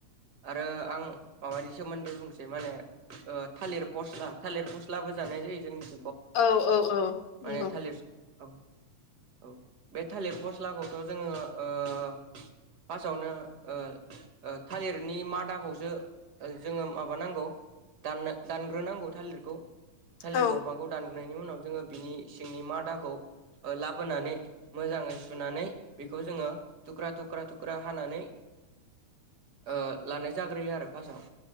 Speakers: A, on the right; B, on the left.
A: आरो आं माबानि सोमोन्दै बुंसै मा होनो थालिर फस्ला थालिर फस्लाबो जानाय जायो जोंनि
B: औ औ औ
A: माने
B: नंगौ
A: थालिर औ औ बे थालिर मस्लाखौथ' जोङो ओ फार्स्टआवनो ओ ओ थालिरनि मादाखौसो जोङो माबानांगौ दाननो दानग्रोनांगौ थालिरखौ। थालिर
B: औ
A: दंफांखौ दानगोनायनायनि उनाव जोङो बिनि सिंनि मादाखौ लाबोनानै मोजाङै सुनानै बेखौ जोङो थुख्रा थुख्रा थुख्रा हानानै ओ लानाय जाग्रोयो आरो फास्स्टआव।